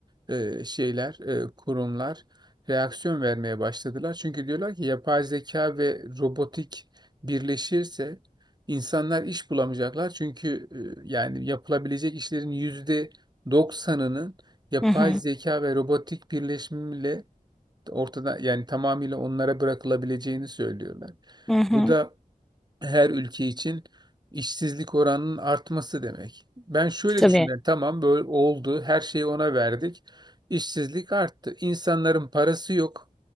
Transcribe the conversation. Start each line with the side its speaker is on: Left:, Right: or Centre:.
Right: e, şeyler, e, kurumlar reaksiyon vermeye başladılar. Çünkü diyorlar ki yapay zeka ve robotik birleşirse insanlar iş bulamayacaklar. Çünkü e, yani yapılabilecek işlerin yüzde doksanının yapay
Centre: hı hı,
Right: zeka ve robotik birleşimiyle ortada yani tamamıyla onlara bırakılabileceğini söylüyorlar.
Centre: hı hı.
Right: Bu da her ülke için işsizlik oranının artması demek. Ben şöyle
Centre: Tabii.
Right: düşünüyorum. yani Tamam böyle oldu. Her şeyi ona verdik. İşsizlik arttı. İnsanların parası yok.